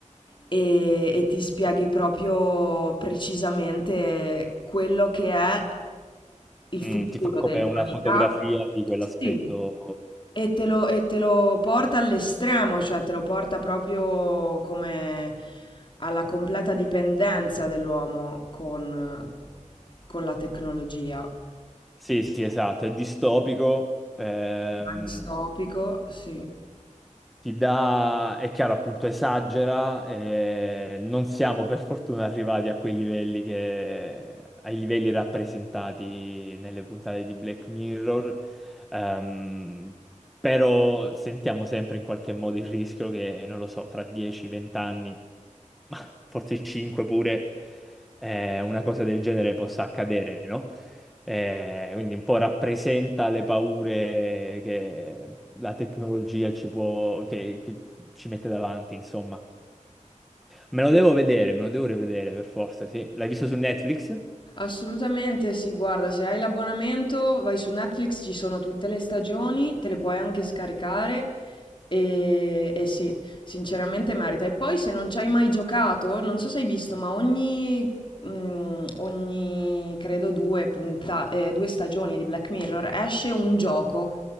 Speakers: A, on the left; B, in the centre.
A: e, e ti spieghi proprio precisamente quello che è il futuro
B: mm, ti fa come
A: dell'umanità.
B: una fotografia di quell'aspetto.
A: Sì. E te lo, e te lo porta all'estremo, cioè te lo porta proprio come alla completa dipendenza dell'uomo con, con la tecnologia.
B: Sì, sì, esatto, è distopico. ehm,
A: Distopico, sì.
B: ti dà, è chiaro, appunto, esagera. eh, non siamo per fortuna arrivati a quei livelli che, ai livelli rappresentati nelle puntate di Black Mirror. Ehm, però sentiamo sempre in qualche modo il rischio che, non lo so, fra 10-20 anni, ma forse 5 pure, eh, una cosa del genere possa accadere, no? Eh, quindi un po' rappresenta le paure che la tecnologia ci può, che, che ci mette davanti, insomma. Me lo devo vedere, me lo devo rivedere per forza, sì. L'hai visto su Netflix?
A: Assolutamente sì, guarda, se hai l'abbonamento vai su Netflix, ci sono tutte le stagioni, te le puoi anche scaricare e, e sì, sinceramente merita. E poi se non ci hai mai giocato, non so se hai visto, ma ogni, mm, ogni credo due punta- eh, due stagioni di Black Mirror esce un gioco